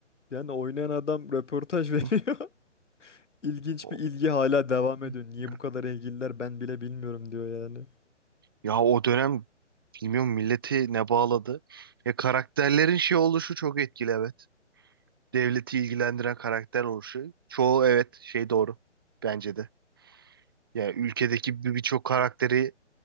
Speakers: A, on the left; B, on the right.
A: Yani oynayan adam röportaj <laughs> veriyor.
B: Hı,
A: İlginç
B: o-
A: bir ilgi hala devam
B: hı,
A: ediyor. Niye
B: Ya,
A: bu kadar ilgililer ben bile bilmiyorum diyor yani.
B: ya o dönem bilmiyorum milleti ne bağladı. Ya karakterlerin şey oluşu çok etkili evet. Devleti ilgilendiren karakter oluşu. Çoğu evet şey doğru. Bence de. Yani ülkedeki bir- birçok karakteri